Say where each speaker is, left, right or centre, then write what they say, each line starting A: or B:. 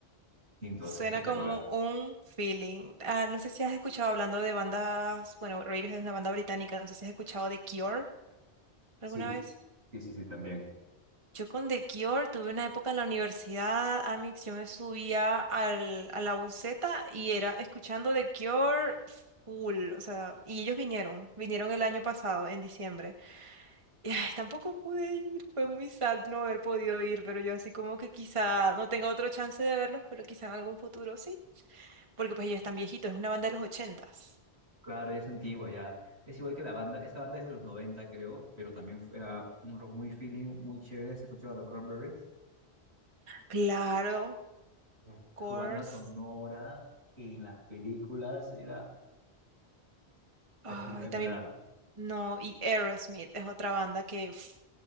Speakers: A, on the right; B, on the right.
A: distinto,
B: suena
A: es espectacular.
B: como un feeling. Ah, no sé si has escuchado hablando de bandas, bueno, Radiohead es una banda británica, no sé si has escuchado de Cure alguna
A: Sí,
B: vez.
A: sí, sí, sí, también.
B: Yo con The Cure tuve una época en la universidad, Amix, yo me subía al, a la buseta y era escuchando The Cure full, o sea, y ellos vinieron, vinieron el año pasado, en diciembre. Y ay, tampoco pude ir, fue muy sad no haber podido ir, pero yo así como que quizá no tenga otro chance de verlos, pero quizá en algún futuro sí, porque pues ellos están viejitos, es una banda de los ochentas.
A: Claro, ya es antigua, ya. Es igual que la banda, esta banda es de los 90, creo, pero también f- era un rock muy feeling, muy chévere. Se escuchaba The Cranberries.
B: Claro,
A: Uf,
B: course.
A: Su banda sonora en las películas era.
B: Ay,
A: Espectacular.
B: también, no, y Aerosmith es otra banda que, uf,